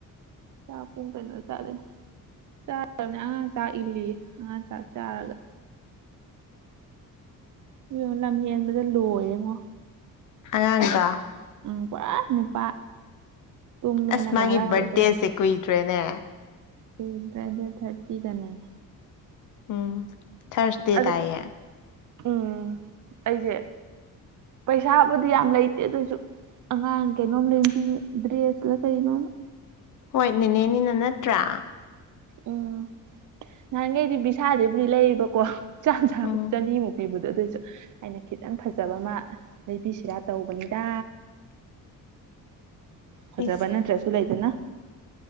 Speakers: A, on the right; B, on the left.
A: ꯆꯥꯛ ꯄꯨꯡ ꯀꯩꯅꯣ ꯇꯥꯔꯦ <inaudible> ꯑꯉꯥꯡ ꯆꯥꯛ ꯏꯜꯂꯤꯌꯦ ꯑꯉꯥꯡ ꯆꯥꯛ ꯆꯥꯔꯒ ꯌꯣ ꯂꯝ ꯍꯦꯟꯕꯗ ꯂꯣꯏꯔꯦꯉꯣ
B: ꯑꯉꯥꯡꯗꯣ
A: ꯎꯝ ꯄꯨꯔꯥ ꯅꯨꯄꯥ ꯇꯨꯝꯃꯦꯅꯒ
B: ꯑꯁ ꯃꯥꯒꯤ
A: ꯍꯔꯥꯎꯔꯨꯕ
B: ꯕꯔꯠꯗꯦꯁꯦ ꯀꯨꯏꯗ꯭ꯔꯦꯅꯦ
A: ꯀꯨꯏꯗ꯭ꯔꯦ ꯗꯦꯠ ꯊꯥꯔꯇꯤꯗꯅꯦ
B: ꯎꯝ ꯊꯥꯔꯁꯗꯦ
A: ꯑꯗꯨ
B: ꯇꯥꯏꯌꯦ
A: ꯎꯝ ꯑꯩꯖꯦ ꯄꯩꯁꯥꯕꯨꯗꯤ ꯌꯥꯝ ꯂꯩꯇꯦ ꯑꯗꯨꯏꯑꯣꯏꯁꯨ ꯑꯉꯥꯡ ꯀꯩꯅꯣꯝ ꯂꯦꯡꯕꯤ ꯗ꯭ꯔꯦꯁ ꯂꯥ ꯀꯩꯅꯣꯝꯃꯥ
B: ꯍꯣꯏ ꯅꯦꯅꯦꯅꯤꯅ ꯅꯠꯇ꯭ꯔꯥ
A: ꯎꯝ ꯅꯍꯥꯟꯒꯩꯗꯤ ꯕꯤꯁꯥꯗꯩꯕꯨꯗꯤ ꯂꯩꯌꯦꯕꯀꯣꯥ ꯆꯥꯃ ꯆꯥꯃꯃꯥ
B: ꯎꯝ
A: ꯆꯅꯤꯃꯨꯛ ꯄꯤꯕꯗꯣ ꯑꯗꯨꯑꯣꯏꯖꯨ ꯑꯩꯅ ꯈꯤꯇꯪ ꯐꯖꯕ ꯑꯃ ꯂꯩꯕꯤꯁꯤꯔꯥ ꯇꯧꯕꯅꯤꯗ ꯐꯖꯥꯕ
B: ꯏꯁ
A: ꯅꯠꯇ꯭ꯔꯁꯨ ꯂꯩꯗꯅ